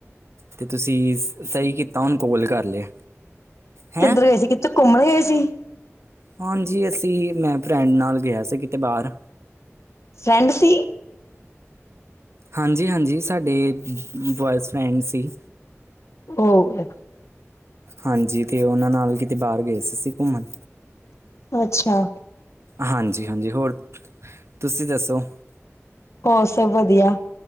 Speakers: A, on the right; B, on the left.
A: ਤੇ ਤੁਸੀਂ ਸਹੀ ਕੀਤਾ ਹੁਣ ਕੋਲ ਕਰ ਲਿਆ। ਹੈਂ
B: ਕਿੱਧਰ ਗਏ ਸੀ ਕਿੱਥੇ ਘੁੰਮਣ ਗਏ ਸੀ?
A: ਹਾਂਜੀ ਅਸੀਂ ਮੈਂ ਫਰੈਂਡ ਨਾਲ ਗਿਆ ਸੀ ਕਿਤੇ ਬਾਹਰ।
B: ਫਰੈਂਡ ਸੀ।
A: ਹਾਂਜੀ-ਹਾਂਜੀ, ਸਾਡੇ ਬੋਆਏ ਫਰੈਂਡ ਸੀ।
B: ਔਹ।
A: ਹਾਂਜੀ, ਤੇ ਉਹਨਾਂ ਨਾਲ ਕਿਤੇ ਬਾਹਰ ਗਏ ਸੀ ਅਸੀਂ। ਘੁੰਮਣ
B: ਅੱਛਾ
A: ਹਾਂਜੀ-ਹਾਂਜੀ ਹੋਰ ਤੁਸੀਂ ਦੱਸੋ।
B: ਹੋਰ ਸਭ ਵਧੀਆ।